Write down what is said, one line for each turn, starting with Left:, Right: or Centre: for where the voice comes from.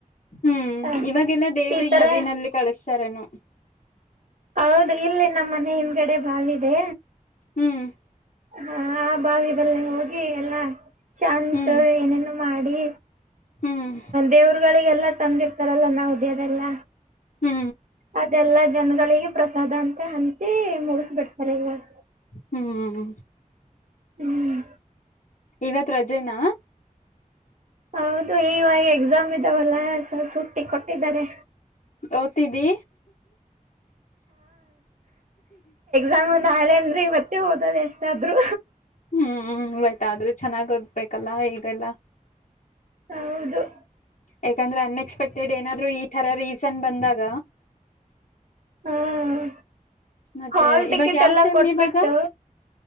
Left: ಹ್ಮ್
Right: ಹ
Left: ಇವಾಗೆಲ್ಲಾ ದೇವ್ರಗೆ
Right: ಈ ತರ
Left: ನದಿನಲ್ಲಿ ಕಳಸ್ತಾರನು
Right: ಹೌದು ಇಲ್ಲಿ ನಮ್ಮ ಮನೆ ಹಿಂದಗಡೆ ಬಾವಿ ಇದೆ
Left: ಹ್ಮ್
Right: ಹಾ ಬಾವಿ ಬಲ್ಲ ಹೋಗಿ ಎಲ್ಲಾ ಶಾಂತ
Left: ಹ್ಮ್
Right: ಏನೇನು ಮಾಡಿ
Left: ಹ್ಮ್
Right: ದೇವ್ರುಗಳಿಗೆಲ್ಲಾ ತಂದಿರ್ತಾರಲ್ಲ ನಾವು ದೇವರಲ್ಲ
Left: ಹ್ಮ್
Right: ಅದೆಲ್ಲಾ ಜನಗಳಿಗೆ ಪ್ರಸಾದ ಅಂತ ಹಂಚಿ ಮುಗಿಸ್ಬಿಡ್ತಾರೆ ಇವಾಗ
Left: ಹ್ಮ್
Right: ಹ್ಮ್
Left: ಇವತ್ ರಜೆನಾ
Right: ಹೌದು ಈವಾಗಿಗ ಎಕ್ಸಾಮ್ ಇದ್ದಾವಲ್ಲ ಸ ಸುಟ್ಟಿ ಕೊಟ್ಟಿದ್ದಾರೆ
Left: ಓತಿದ್ದಿ
Right: ನಾವು ನಾಳೆ ಅಂದ್ರೆ ಇವತ್ತೇ ಓದದ ಎಷ್ಟಾದ್ರು
Left: ಹ್ಮ್ ಬಟ್ ಆದ್ರೂ ಚೆನ್ನಾಗ್ ಓದ್ಬೇಕಲ್ಲ ಈಗೆಲ್ಲ
Right: ಹೌದು
Left: ಯಾಕಂದ್ರೆ ಅನ್ಎಕ್ಸ್ಪೆಕ್ಟೆಡ್ ಏನಾದ್ರು ಈ ತರ ರೀಸನ್ ಬಂದಾಗ
Right: ಹ್ಮ
Left: ಮತ್ತೆ
Right: ಹಾಲ್ ಟಿಕೆಟ್
Left: ಇವಾಗ ಯಾವ್
Right: ಎಲ್ಲ
Left: ಸೇಮ್
Right: ಕೊಟ್ಬಿಟ್ಟು
Left: ಇವಾಗ